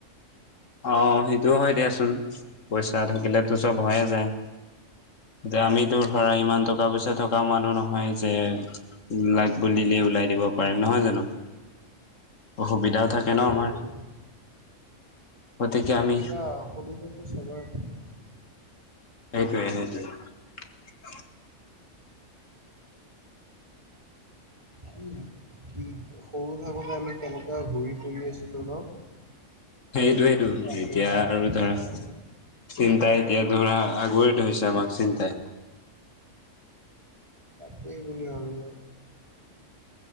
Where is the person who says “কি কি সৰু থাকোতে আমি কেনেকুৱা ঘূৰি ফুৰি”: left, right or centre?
Right